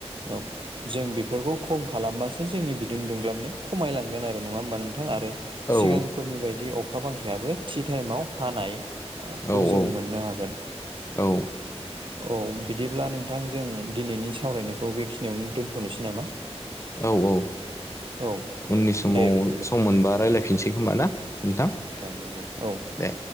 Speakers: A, on the right; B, on the left.
A: औ जों बेफोरखौ खम खालामबासो जोंनि बिदुं दुंग्लाबनाय खमायलांगोन आरो नङा होमबा नोंथां आरो
B: औ औ
A: सिगांफोरनि बायदि अखा बांखायाबो थि टाइमाव हानाय। आ खौबो
B: औ
A: जों मोननो हागोन।
B: औ
A: औ बिदिब्ला नोंथां जों दिनैनि सावरायनाय। खौ बेखिनियावनो दोनथ'नोसै नामा?
B: औ औ
A: औ
B: उननि समाव
A: दे बिदिब्ला
B: सम मोनबा रायजलायफिनसै खोमा ना नोंथां?
A: नोंगौ औ
B: दे